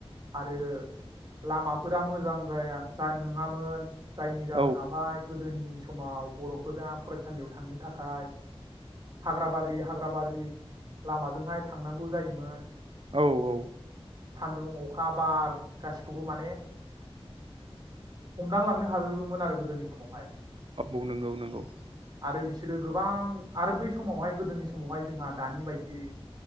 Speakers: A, on the right; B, on the right.
A: आरो लामाफोरा मोजां जाया जान नङामोन जायनि जाहोनावहाय
B: औ
A: गोदोनि समाव बर'फोरा फरायसालियाव थांनो थाखाय हाग्राबारि हाग्रा बारिनि लामाजोंहाय थांनांगौ जायोमोन
B: औ औ
A: सान्दुं अखा बार गासिखौबो माने हमदांलांनो हाजोबोमोन आरो गोदोनि समावहाय
B: औ नंगौ नंगौ
A: आरो बिसोरो गोबां आरो बै समावहाय गोदोनि सम समावहाय जोंहा दानि बायदि